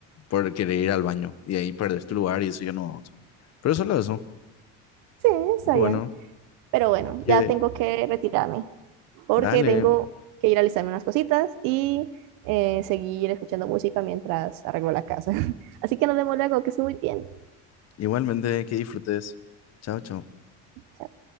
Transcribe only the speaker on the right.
sí, está
bien. Pero bueno,
ya tengo que retirarme porque
tengo que ir a alistarme unas cositas y eh, seguir escuchando música mientras arreglo la casa. <laughs> Así que nos vemos luego, que estés muy bien.
Chao.